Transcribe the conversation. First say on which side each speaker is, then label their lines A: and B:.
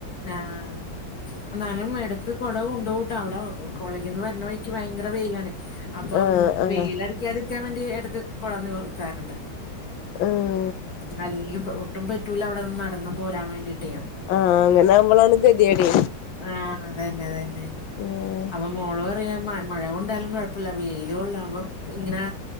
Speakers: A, on the left; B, on the left.
A: ആഹ് എന്നാലും എടക്ക് കൊട കൊണ്ട് പോവൂട്ടോ അവിടെ കോളേജീന്ന് വരണ വഴിക്ക് ഭയങ്കര വെയിലാണ് അപ്പം
B: ആഹ് ആഹ്
A: വെയിലടിക്കാതിരിക്കാൻ വേണ്ടി എടക്ക് കൊട നിവർത്താറുണ്ട്
B: ഉം
A: ഉം അല്ലെങ്കിൽ ഒട്ടും പറ്റൂല അവിടെ നിന്ന് നടന്നു പോരാൻ വേണ്ടീട്ടെ
B: ആഹ് അങ്ങനെ ആകുമ്പോളാണ് ഗതികേടേ
A: ആഹ അത് തന്നെ അത് തന്നെ
B: ഉം
A: അപ്പൊ മോള് പ പറയാ മഴ കൊണ്ടാലും കുഴപ്പല്ല വെയില് കൊള്ളാ അപ്പം ഇങ്ങനെ